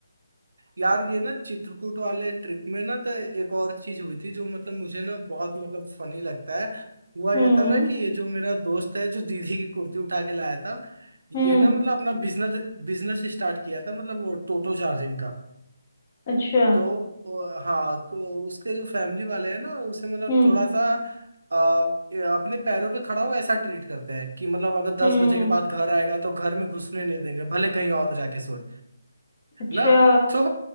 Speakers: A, on the right; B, on the left.
A: यार ये ना चित्रकूट वाले ट्रिप में ना तो एक और चीज हुई थी जो मतलब मुझे ना बहुत मतलब फनी लगता है हुआ
B: हम्म
A: ये था ना कि ये जो मेरा दोस्त है जो दीदी की कुर्ती उठा के लाया था
B: हम्म
A: ये ना मतलब अपना बिजनेस बिजनेस स्टार्ट किया था मतलब वो टोटो चार्जिंग का
B: अच्छा
A: तो वो- हाँ तो उसके जो फैमिली वाले हैं ना उसे मतलब
B: हम्म
A: थोड़ा सा आ, अपने पैरों पे खड़ा हो ऐसा ट्रीट करते हैं कि मतलब अगर दस
B: हम्म
A: बजे के बाद घर आएगा तो घर में घुसने नहीं देंगे भले कहीं और जाके सोए
B: अच्छा
A: ना तो